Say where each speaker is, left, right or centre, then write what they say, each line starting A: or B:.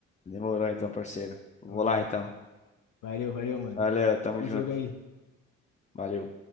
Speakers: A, on the left; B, on the left.
A: Demorou então, parceiro. Vou
B: Demorou.
A: lá então.
B: Valeu, valeu, mano.
A: Valeu, tamo
B: Bom
A: junto.
B: jogo aí.
A: Valeu.